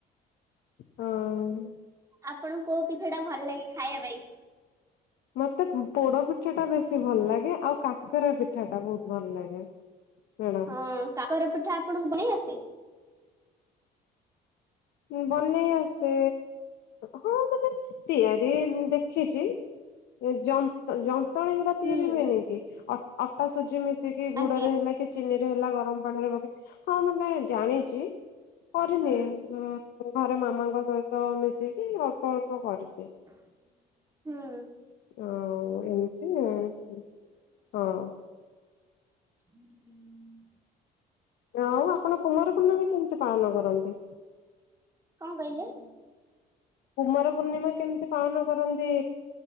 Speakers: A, on the left; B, on the right.
A: ହଁ।
B: ଆପଣଙ୍କୁ କୋଉ ପିଠାଟା ଭଲ ଲାଗେ ଖାଇବା ପାଇଁ?
A: ମତେ ପୋଡ ପିଠା ଟା ବେଶୀ ଭଲ ଲାଗେ ଆଉ କାକରା ପିଠା ଟା ବହୁତ ଭଲ ଲାଗେ। ମ୍ୟାଡ଼ାମ
B: ହଁ କାକର ପିଠା ଆପଣଙ୍କୁ ବନେଇ ଆସେ?
A: ହୁଁ ବନେଇ ଆସେ ହଁ ମତେ ତିଆରି ଦେଖିଛି ଯନ୍ତ ଜନ୍ତି ନ୍ତଣି ଯଉଟା ତିଆରି
B: ହୁଁ
A: ହୁଏନି କି ଅଟା ସୁଜି ମିଶିକି ଗୁଡରେ
B: ଆଜ୍ଞା
A: ହେଲା କି ଚିନିରେ ହେଲା ଗରମ ପାଣିରେ ପକେଇ ହଁ ମାନେ ଜାଣିଛି କରିନି
B: ହୁଁ
A: ଘରେ ମାମାଙ୍କ ସହିତ ମିଶିକି ଅଳ୍ପ ଅଳ୍ପ କରିଚି।
B: ହୁଁ।
A: ଆଉ ଏମିତି ହଁ।
B: ହୁଁ
A: ଆଉ ଆପଣ କୁମାର ପୂର୍ଣ୍ଣମୀ କେମିତି ପାଳନ କରନ୍ତି?
B: କଣ କହିଲେ?
A: କୁମାର ପୂର୍ଣ୍ଣିମା କେମିତି ପାଳନ କରନ୍ତି?